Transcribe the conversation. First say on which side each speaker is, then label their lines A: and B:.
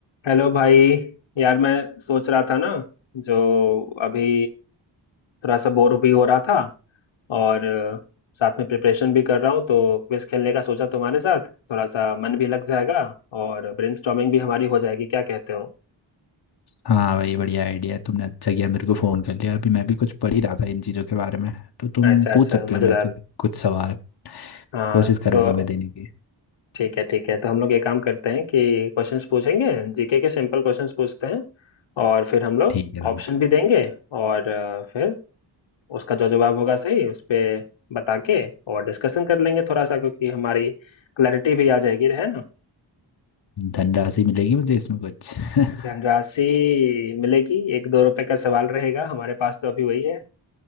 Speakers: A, on the left; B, on the left.
A: Hello भाई यार मैं सोच रहा था ना जो अभी थोड़ा सा बोर भी हो रहा था और अ, साथ में प्रिपरेशन भी कर रहा हूँ तो क्विज खेलने का सोचा तुम्हारे साथ थोड़ा सा मन भी लग जाएगा और ब्रेनस्टॉर्मिंग भी हमारी हो जाएगी क्या कहते हो
B: हाँ भाई बढ़िया आइडिया है तुमने अच्छा किया मेरे को फ़ोन कर लिया अभी मैं भी कुछ पढ़ ही रहा था इन चीज़ों के बारे में तो तुम
A: अच्छा अच्छा
B: पूछ सकते
A: मजेदार
B: हो मेरे से कुछ सवाल
A: हाँ
B: कोशिश करूंगा
A: तो
B: मैं देने की
A: ठीक है ठीक है तो हम लोग ये काम करते हैं कि क्वेश्चंस पूछेंगे जीके के सिंपल क्वेश्चंस पूछते हैं और फिर हम लोग
B: ठीक है भाई
A: ऑप्शन भी देंगे और अ, फिर उसका जो जवाब होगा सही उस पे बता के और डिस्कशन कर लेंगे थोड़ा सा क्योंकि हमारी क्लैरिटी भी आ जाएगी है ना
B: धनराशि मिलेगी मुझे इसमें कुछ <laughs>
A: धनराशि मिलेगी एक दो रुपए का सवाल रहेगा हमारे पास तो अभी वही है